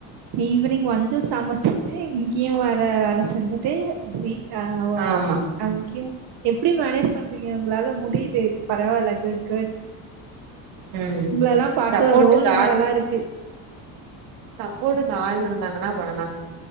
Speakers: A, on the right (about 55°); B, on the right (about 75°).
A: ஈவினிங் வந்து சமைச்சிட்டு இங்கயும் வேற வேலை செஞ்சுட்டு ஆஹ
B: ஆமா
A: அங்கயும் எப்படி மேனேஜ் பண்றீங்க உங்களால முடியுது பரவாயில்ல குட் குட்
B: ம்
A: உங்க எல்லாம் பார்க்க
B: சப்போட்டுக்கு
A: ரோல் மாடலா இருக்கு
B: சப்போர்டுக்கு ஆள் இருந்தாங்கன்னா பண்ணலாம்